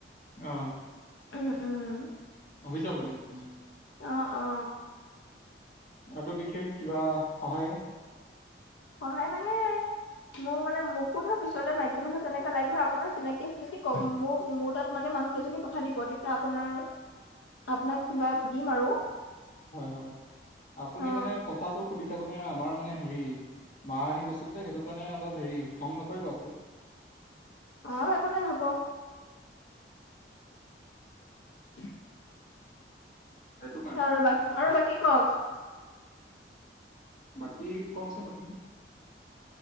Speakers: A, on the left (about 45°); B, on the left (about 80°).
A: অ,
B: উম, উম,
A: হৈ যাব দিয়ক তেনে,
B: অ, অ
A: আৰু বিশেষ কিবা সহায়ে,
B: সহায় মানে। মোক মানে মোকো ধৰ, পিছলে মাইকী মানুহ তেনেকা লাগিব। আপোনাৰ চিনাকি আছে যদি ক মোক মোৰ তাত, মানে মানুহ দুজনী কথা দিব তেতিয়া আপোনাৰ, আপোনাক কিবা দিম আৰু
A: হয়, হয়, আপুনি
B: অ
A: মানে কথাটো। দি থাকোনে আমাৰ মানে হেৰি মা, আহি গৈছিল যে, সেইটো কাৰণে অলপ হেৰি খং, নকৰিব আকৌ।
B: অ, একো নাই হ'ব। <inaudible>
A: সেইটো কাৰণে
B: আৰু বাকী আৰু বাকী কওক।
A: বাকী ককচোন আপনি।